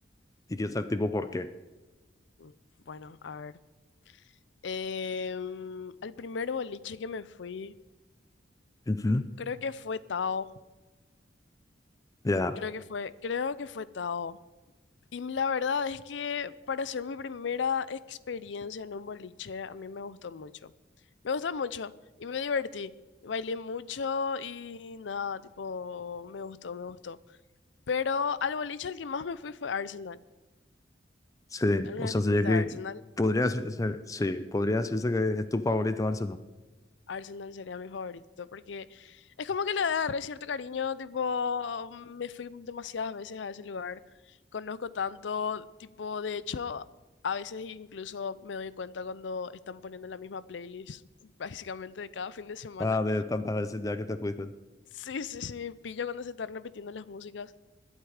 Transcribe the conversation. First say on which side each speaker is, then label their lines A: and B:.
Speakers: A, on the left (about 20°); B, on the left (about 80°).
A: y que sea tipo por qué.
B: Mm, Bueno, a ver. Em, al primer boliche que me fui.
A: Ujú.
B: Creo que fue Tao.
A: Ya,
B: Creo que fue, creo que fue Tao. Y la verdad es que para ser mi primera experiencia en un boliche, a mí me gustó mucho. Me gustó mucho y me divertí. Bailé mucho y nada, tipo, me gustó, me gustó. Pero al boliche al que más me fui fue Arsenal.
A: sí,
B: ¿Alguna
A: o sea,
B: vez te
A: sería
B: fuiste
A: que
B: a Arsenal?
A: podría decirse, sí, podría decirse que es tu favorito Arsenal.
B: Arsenal sería mi favorito, porque es como que le agarré cierto cariño, tipo, me fui demasiadas veces a ese lugar, conozco tanto, tipo, de hecho, a veces incluso me doy cuenta cuando están poniendo la misma playlist <laughs> prácticamente de cada fin de semana.
A: Ah, de tantas veces ya que te fuiste.
B: Sí, sí, sí, pillo cuando se están repitiendo las músicas